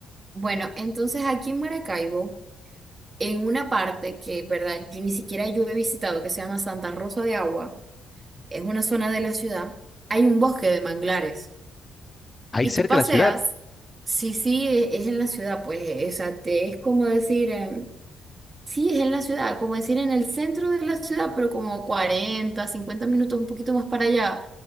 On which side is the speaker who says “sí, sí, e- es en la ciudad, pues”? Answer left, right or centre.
Right